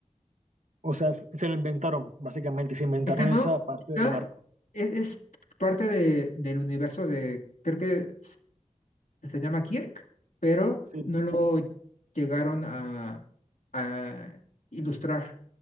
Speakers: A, on the right; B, on the left.
A: O sea, se se lo inventaron, básicamente. Se inventaron
B: Esta no,
A: esa parte
B: esta
A: del marco.
B: es, es parte de, del universo de, creo que se llama Kirk, pero
A: Sí.
B: no lo llegaron a, a ilustrar,